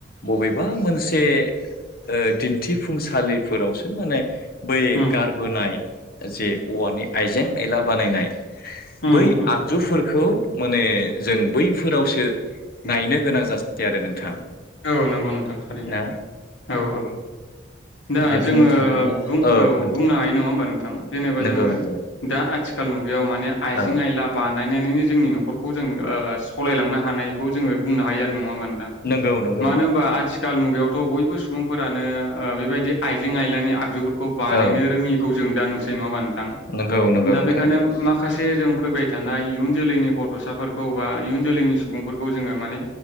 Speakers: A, on the left; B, on the left.
A: बबेबा मोनसे ओ दिन्थिफुंसालि फोरावसो माने बै
B: उम
A: गारबोनाय जे औवानि आइजें-आयला बानायनाय
B: उम
A: बै
B: उम
A: आगजु फोरखौ माने जों बै फोरावसो नायनो गोनां जासै आरो नोंथां।
B: औ नंगौ नोंथां थारैनो
A: ना
B: औ औ। दा
A: माने बुंनो
B: जोङो
A: थाङोब्ला
B: बुं औ
A: नोंथां
B: बुंनो हायो नङा होमबा नों नोंथां जेनेबा
A: नंगौ
B: जोङो
A: नंगौ
B: दा आथिखाल मुगायाव आइजें
A: औ
B: आइला नायनानैनो जोंनि न'खरखौ जों ओ सलायलांनो हानायखौ जोङो बुंनो हायो आरो नङा होमबा नों
A: नंगौ नोंगौ।
B: मानो होनबा आथिखाल मुगायावथ' बयबो सुबुं फोरानो बेबायदि आइजें आयलानि आगजुफोर खौ बानायनो
A: औ
B: रोङिखौ जों दा नुसै नङा हमबा नोंथां
A: नंगौ नंगौ
B: दा
A: नोंथां
B: बेखायनो
A: नंगौ
B: माखासे जों फैबाय था नाय इयुन जोलैनि गथ'सा फोरखौ बा इयुन जोलैनि सुबुं फोरखौ जोङो माने